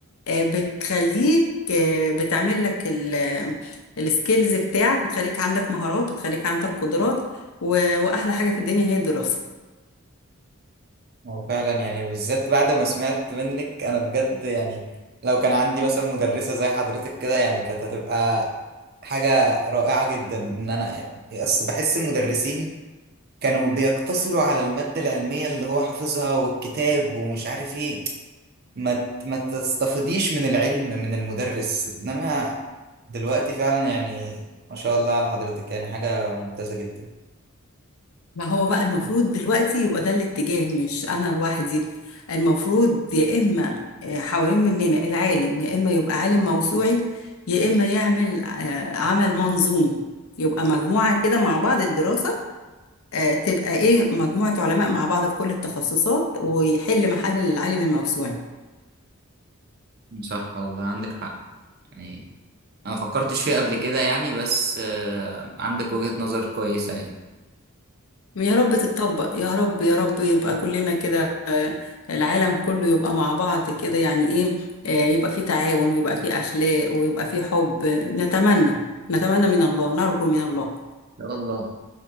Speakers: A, on the left; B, on the right.
A: آه، بتخليك آه، بتعمل لك ال- السكيلز بتاعك بتخليك عندك مهارات بتخليك عندك قدرات و- وأحلى حاجة في الدنيا هي الدراسة
B: هو فعلا يعني بالذات بعد ما سمعت منك أنا بجد يعني لو كان عندي مثلا مدرسة زي حضرتك كده يعني كانت هتبقى حاجة رائعة جدا إن أنا أصل بحس المدرسين كانوا بيقتصروا على المادة العلمية اللي هو حافظها والكتاب ومش عارف إيه ما ت- ما تستفيديش من العلم من المدرس إنما دلوقتي فعلا يعني ما شاء الله على حضرتك يعني حاجة ممتازة جدا
A: ما هو بقى المفروض دلوقتي يبقى ده الاتجاه مش انا لوحدي المفروض يا اما آه، حوالين مننا العالم يا اما يبقى عالم موسوعي يا اما يعمل آه، عمل منظومي يبقى مجموعة كده مع بعض الدراسة آه، تبقى ايه مجموعة علماء مع بعض في كل التخصصات ويحل محل العالم الموسوعي
B: مم. صح والله عندك حق يعني انا ما فكرتش فيه قبل كده يعني بس آه، عندك وجهة نظر كويسة يعني
A: يا رب تتطبق يا رب يا رب يبقى كلنا كده آه، العالم كله يبقى مع بعض كده يعني ايه آه، يبقى في تعاون ويبقى في اخلاق ويبقى في حب نتمنى نتمنى من الله نرجو من الله
B: يا الله